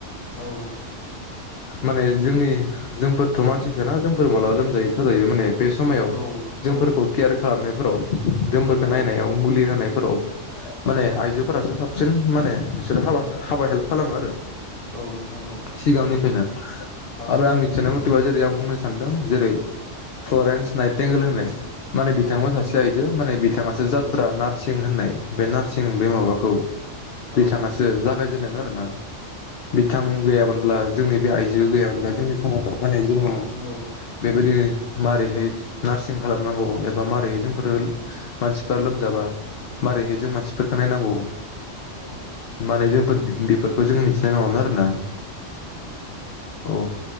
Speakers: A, on the left; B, on the left.
A: औ
B: माने जोंनि जोंफोरथ' मानसिसोना जोंफोर मालाबा लोमजायो साजायो माने बे समायाव
A: औ
B: जोंफोरखौ
A: औ नोंथां
B: केयार
A: औ
B: खालामनायफोराव जोंफोरखौ
A: औ
B: नायनायाव मुलि होनायफोराव माने आइजोफोरासो साबसिन माने बिसोर हाबा हाबा हेल्प खालामो आरो।
A: औ नोंथां औ।
B: सिगांनिफ्रायनो आरो
A: औ
B: आं मिथिनाय मथेबा जेरै आं बुंनो सानदों जेरै फ्लरेन्स नाइटेंगोल होननाय माने बिथाङाबो
A: औ नोंथां औ नोंथां
B: सासे आइजो माने बिथाङासो जात्रा
A: औ
B: नार्सिं होननाय बे नार्सिं बे माबाखौ
A: औ
B: बिथाङासो जागायजेननायमोन आरोना बिथां गैयामोनब्ला जोंनि बे आइजोआ गैयामोनबा जोंनि समाजाव माने जोङो
A: औ
B: बेबायदि मारैहाय नार्सिं खालामनांगौ एबा मारोरैहाय जोंफोरो मानसिफ्रा लोमजाबा माबारैहाय जों मानसिफोरखौ नायनांगौ।
A: औ।
B: माने जोंफोर जों बेफोरखौ जों मिथिनाय नङामोन आरोना औ